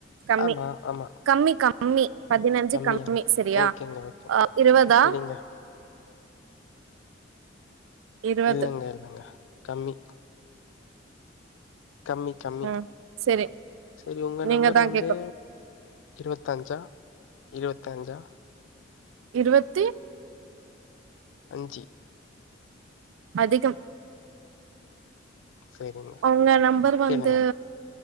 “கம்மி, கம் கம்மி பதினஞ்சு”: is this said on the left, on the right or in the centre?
Right